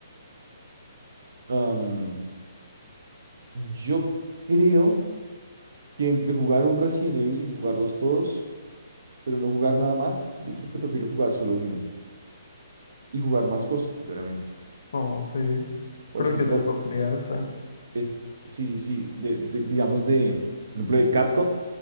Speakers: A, on the right (about 65°); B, on the left (about 65°).
A: am, yo creo que entre jugar un Resident Evil y jugarlos todos, pero no jugar nada más, yo creo que prefiero jugar solo uno y jugar más cosas, claramente.
B: Oh, sí.
A: Por
B: Creo
A: ejemplo,
B: que yo también escogería esa.
A: Es, sí, sí, sí, de, de- digamos de, por ejemplo, de Capcom,